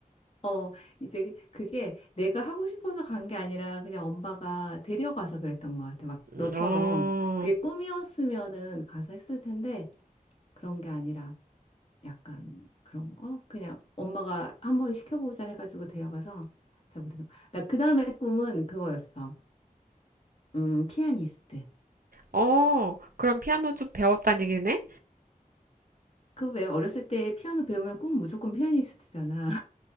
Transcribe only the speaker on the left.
어, 이제 그게 내가 하고 싶어서 간 게 아니라 그냥 엄마가 데려가서 그랬던 것 같아. 막
너처럼 그게 꿈이었으면은 가서 했을 텐데 그런 게 아니라 약간 그런 거? 그냥 엄마가 한번 시켜보자 해가지고 데려가서 잘 못했던 거. 나그 다음에 꿈은 그거였어. 음, 피아니스트.
그 왜 어렸을 때 피아노 배우면 꿈 무조건 피아니스트잖아.